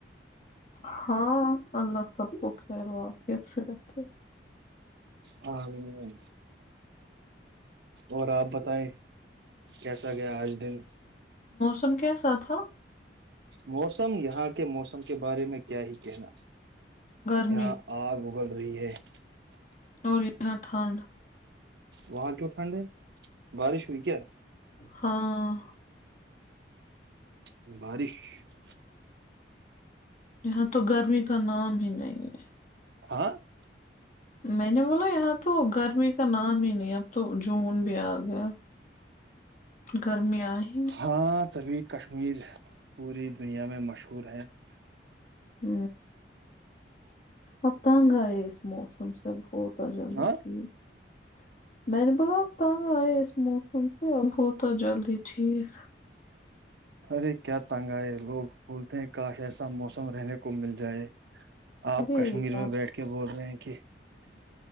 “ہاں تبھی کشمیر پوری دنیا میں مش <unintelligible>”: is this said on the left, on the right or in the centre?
Right